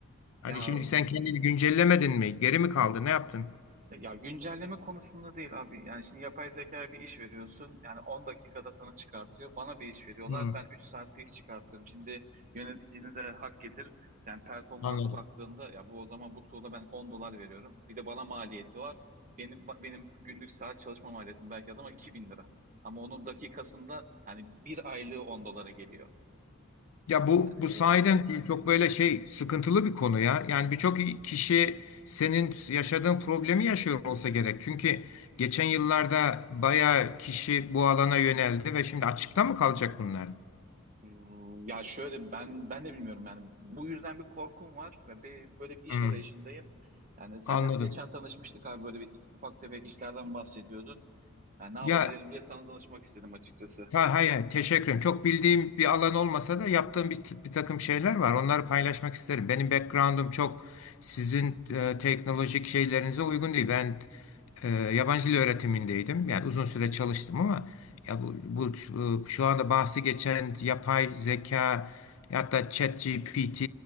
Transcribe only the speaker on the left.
Hani
şimdi sen kendini güncellemedin mi? Geri mi kaldı? Ne yaptın?
Hı,
anladım.
Ya bu
bu sahiden çok böyle şey sıkıntılı bir konu ya. Yani birçok kişi senin yaşadığın problemi yaşıyor olsa gerek. Çünkü geçen yıllarda bayağı kişi bu alana yöneldi ve şimdi açıkta mı kalacak bunlar?
Hmm,
anladım.
Ya
Ha, hayır, hayır, teşekkür ederim. Çok bildiğim bir alan olmasa da yaptığım bir, t- bir takım şeyler var. Onları paylaşmak isterim. Benim background'um çok sizin e, teknolojik şeylerinize uygun değil. Ben e, yabancı dil öğretimindeydim. Yani uzun süre çalıştım ama ya bu, bu e, şu anda bahsi geçen yapay zeka Hatta ChatGPT